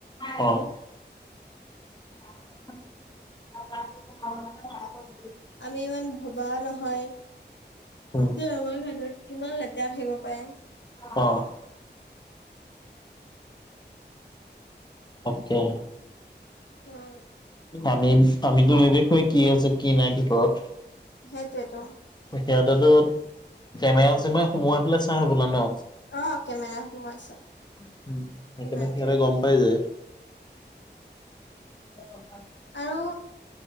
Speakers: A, on the left (about 25°); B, on the left (about 80°).
A: অ'। <inaudible>
B: আমি ইমান ভবা নহয়
A: উম
B: ত আমাৰ কাণত কিমান লেতেৰা আহিব পাৰে।
A: অ'। অকে <unintelligible>
B: উম।
A: আমি আমিতো নেদেখুয়ে কি আছে কি নাই ভিতৰত।
B: সেইটোৱে টো।
A: সিহঁতেতো কেমেৰা-চেমেৰা সোমোৱাই পেলাই চাই হ'বলা ন?
B: অ কেমেৰা সোমাইছে
A: উম, সেইকাৰণে
B: কেমেৰা
A: সিহঁতে
B: থাকিব
A: গম পাই যায়। অ', অ'।
B: আৰু